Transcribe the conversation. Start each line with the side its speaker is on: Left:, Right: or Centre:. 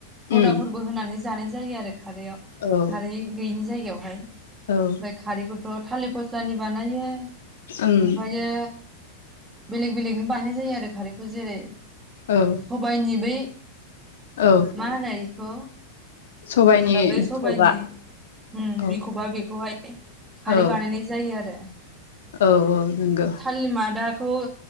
Right: सदाफोरबो
Left: उम
Right: होनानै जानाय जायो आरो। खारैआव
Left: औ
Right: खारै गैयिनि जायगायाव। <unintelligible>
Left: औ
Right: बै खारैखौथ थालिर फस्लानि बानायो
Left: उम
Right: ओमफ्रायो बेलेग बेलेगनि बानायनाय जायो आरो खारैखौ जेरै
Left: औ
Right: सबायनि बै
Left: औ
Right: मा होनो इखौ
Left: सबाइनि
Right: जेनेबा बै
Left: बिखबा
Right: सबाइनि उम
Left: औ
Right: बिखबा बेखौहाय खारै
Left: औ
Right: बानायनाय जायो आरो।
Left: औ औ। नंगौ
Right: थालि मादा खौ